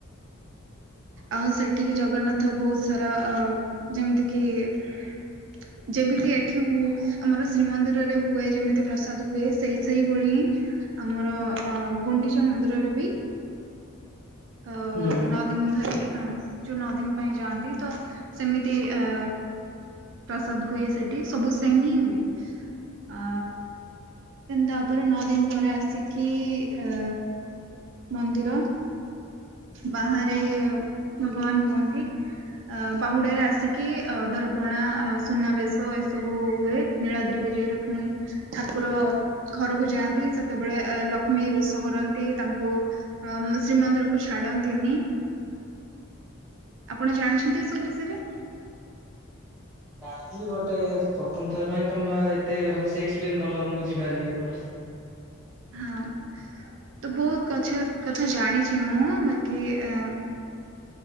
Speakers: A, in the centre; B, on the right.
A: <inaudible>
B: ଆଉ ସେଠିକି ଜଗନ୍ନାଥ ବହୁତ ସାରା ଅ ଯେମିତି କିି ଯେମିତି ଏଠି ହୁ ଆମର ଶ୍ରୀମନ୍ଦିର ରେ ହୁଏ ଯେମିତି ପ୍ରସାଦ ହୁଏ। ସେ ସେଇଭଳି ଆମର ଅ ଗୁଣ୍ଡିଚା ମନ୍ଦିରର ବି।
A: <inaudible>
B: ଅ
A: ହୁଁ।
B: ନଅ ଦିନ ଧରି ହଁ। ଯୋଉ ନଅ ଦିନ ପାଇଁ ଯାଆନ୍ତି, ତ ସେମିତି ଅ ପ୍ରସାଦ ହୁଏ ସେଠି ସବୁ ସେମ ହିଁ ହୁଏ। ଆ ଦେନ୍ ତାପରେ ନଅ ଦିନ ପରେ ଆସିକି ଅ ମନ୍ଦିର ବାହାରେ ଭଗବାନ ହୁଅନ୍ତି। ଅ ବାହୁଡ଼ା ରେ ଆସିକି ଅ ଅଧରପଣା, ସୁନାବେଶ ଏସବୁ ହୁଏ। ନୀଳାଦ୍ରି ବିଜୟର ପୁଣି ଠାକୁର ଘରକୁ ଯାଆନ୍ତି, ସେତେବେଳେ ଲକ୍ଷ୍ମୀ ରୋଷ କରନ୍ତି ତାଙ୍କୁ ଅମ ଶ୍ରୀମନ୍ଦିରକୁ ଛାଡନ୍ତିନି।
A: <inaudible>
B: ଆପଣ ଜାଣିଛନ୍ତି ଏସବୁ ବିଷୟରେ?
A: ଜାଣିଥିଲି ବଟ ଏ ପ୍ରଥମ ଥର ପାଇଁ ତମ ବା ଏତେ ଭଲସେ ଏକ୍ସପ୍ଲେନ କଲ ମୁଁ ବୁଝିପାରିଲି ଭଲସେ।
B: ହଁ। ତ ବୋହୁତ କଛା କଥା ଜାଣିଛି ମୁଁ ବାକି ଆଁ